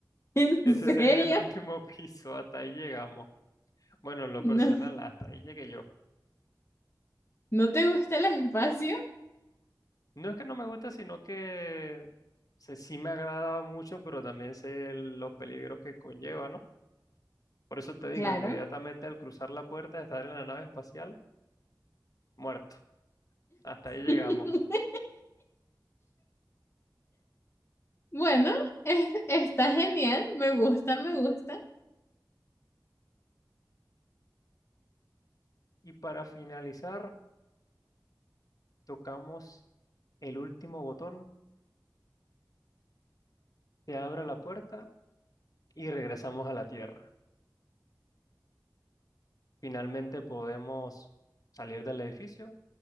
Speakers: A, on the left (about 35°); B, on the left (about 55°).
A: ¿En
B: Ese
A: serio?
B: sería el último <laughs> piso, hasta ahí llegamos. Bueno, en lo
A: ¿No,
B: personal, hasta ahí llegué yo.
A: no te gusta el espacio?
B: No es que no me gusta, sino que se- sí me agradaba mucho, pero también sé los peligros que conlleva, ¿no? Por eso te digo,
A: Claro.
B: inmediatamente al cruzar la puerta de estar en la nave espacial, muerto. Hasta ahí llegamos.
A: <laughs> Bueno, eh, <laughs> está genial, me gusta, me gusta.
B: Y para finalizar, tocamos el último botón, se abre la puerta y regresamos a la Tierra. Finalmente podemos salir del edificio,